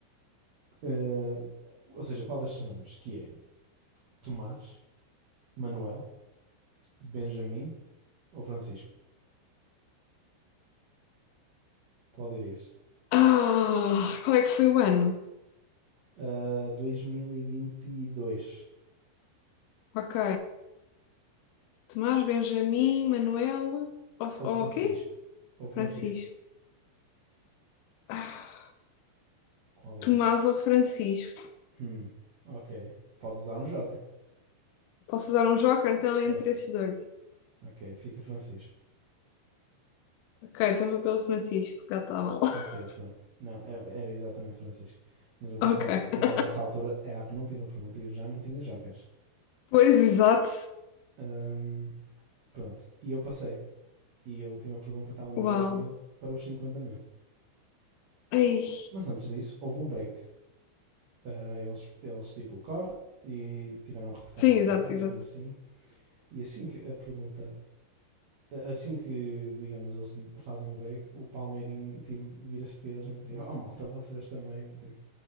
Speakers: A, on the right (about 60°); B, on the left (about 80°).
A: Eh, ou seja, qual destes nomes? Que é Tomás, Manuel, Benjamin ou Francisco? Qual dirias?
B: Ah, qual é que foi o ano?
A: Uh, dois mil e vinte e dois
B: Ok. Tomás, Benjamin, Manuel. Ou
A: Ou Francisco.
B: ou o quê?
A: Ou Francisco.
B: Francisco. Ah,
A: Qual dirias?
B: Tomás ou Francisco?
A: Hum, ok. Podes usar um joker.
B: Posso usar um joker então entre
A: Podes.
B: esses dois?
A: Ok, fica Francisco.
B: Ok, então vou pelo Francisco, já está mal. <laughs>
A: Ok, pronto. Não, é- era exatamente Francisco. Mas atenção,
B: Ok.
A: eu a essa altura era a penúltima pergunta e eu já não tinha jokers.
B: Pois, exato.
A: Ahm, pronto, e eu passei. E a última pergunta estava nos
B: Uau.
A: dez mil para os cinquenta mil.
B: Ei.
A: Mas antes disso, houve um break. Ah, eles, eles, tipo, corta e tiveram a retocar
B: Sim,
A: a maquilhagem
B: exato, exato.
A: e assim. E assim que a pergunta. Assim que, digamos, eles fazem o break, o Palmeirinho tipo, vira-se para eles mesmo, tipo, oh malta, vocês também, tipo,